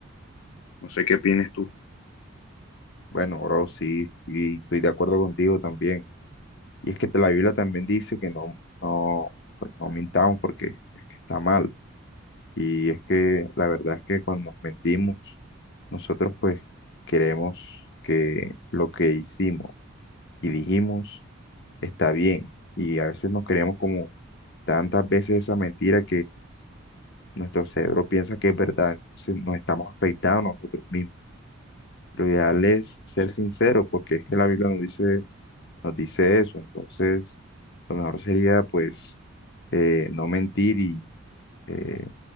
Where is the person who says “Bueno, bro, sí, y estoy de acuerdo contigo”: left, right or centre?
Left